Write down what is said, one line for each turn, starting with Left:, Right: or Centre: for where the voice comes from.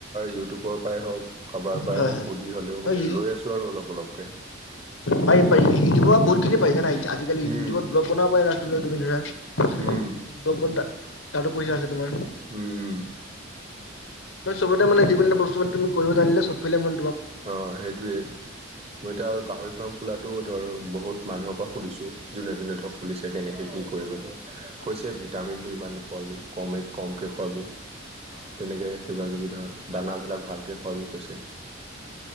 Right: ইউটউবৰ পৰাই হওঁক কাৰবাৰ পৰাই
Left: হয়
Right: হওক সুধি হ'লেও মানে
Left: হয়।
Right: লৈ আছো আৰু অলপ অলপকে।
Left: পাৰি পাৰি। ইউটিউবৰ পৰা বহুত খিনি পাই যা নাই আজিকালি
Right: উম
Left: ইউটিউবত ব্লগ বনাব পাৰে
Right: উম
Left: বন <unintelligible> তাতো পইচা আছে তোমাৰ।
Right: উম উ।
Left: ম চবতে মানে যিকোনো এটা বস্তু মানে তুমি কৰিব জানিলে সব ফালে মন
Right: অ সেইটোয়েই মই এতিয়া গাহৰি ফাৰ্ম খোলাটো ধৰ বহুত মানুহৰ পৰা খুলিছোঁ যোনে যোনে ধৰক খুলিছে কেনেকৈ কি কৰিবলে।
Left: অ
Right: কৈছে
Left: আচ্ছা
Right: ভিটামিন টো ইমান নোখোৱাবি কমে কমকে খোৱাবি
Left: অ
Right: তেনেকে কিবা কিবি ধৰ দানাবিলাক ভালকে খোৱাবি কৈছে।